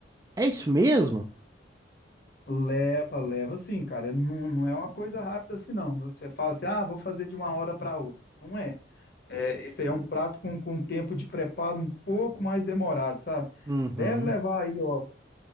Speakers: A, on the right; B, on the left.
A: É isso mesmo?
B: Leva, leva sim, cara. Não, não é uma coisa rápida assim, não. Você fala assim, ah, vou fazer de uma hora para outra. Não é. É, isso aí é um prato com, com tempo de preparo um pouco mais demorado, sabe?
A: Uhum,
B: Deve levar aí, ó.